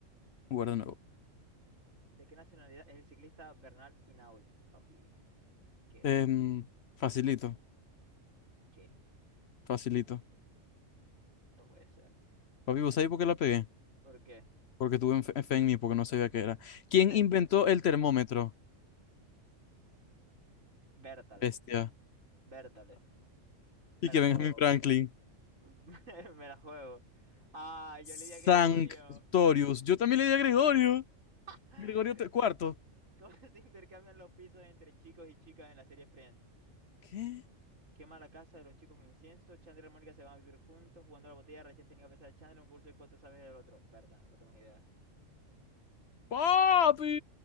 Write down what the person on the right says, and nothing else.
¿De qué nacionalidad es el ciclista Bernal Hinault, papi? ¿Qué?
¿Qué?
No puede ser.
¿Por qué?
<laughs>
Bértale,
Bértale. Me
la juego.
<laughs> Me la juego. Ah,
yo le di a Gregorio.
<laughs>
¿Cómo se intercambian los pisos entre chicos y chicas en la serie Friends?
Quema la casa de los chicos con incienso. Chandler y Mónica se van a vivir juntos jugando a la botella. Rachel se niega a besar a Chandler un curso en cuanto sabes del otro. Berta, no tengo ni idea.